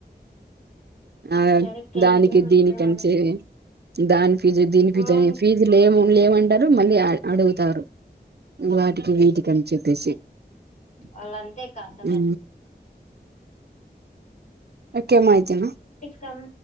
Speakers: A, on the right; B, on the left.
A: ఆ
B: సరేక్క
A: దానికి
B: ఇంకేమైతే
A: దీనికంసేయి
B: మరి
A: దాని ఫీజు, దీని ఫీజు,
B: అవునక్క
A: అనే ఫీజు లేము లేవు అంటారు. మళ్ళీ ఆ అడుగుతారు, వాటికి వీటికని చెప్పేసి
B: వాళ్ళంతేక్క అసలు
A: ఊ నాకేమో ఐతుంది
B: కమ్